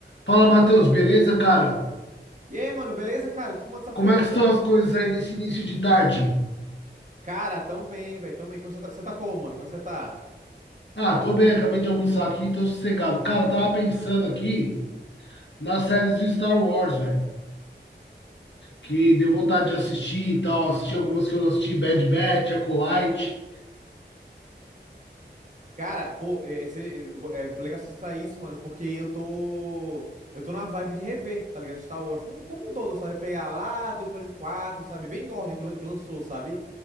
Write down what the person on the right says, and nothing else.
E aí, mano, beleza, cara? O que que manda essa
força?
Cara, tão bem, velho, tão bem. Como você tá, você tá como, mano? Como é que você tá?
Cara, pô, é, esse- é legal você citar isso, mano, porque eu tô. Eu tô na vibe de rever, tá ligado? Star Wars. Como, como um todo, sabe? Pegar lá do episódio 4, sabe? Vem em ordem que, lan- que lançou, sabe?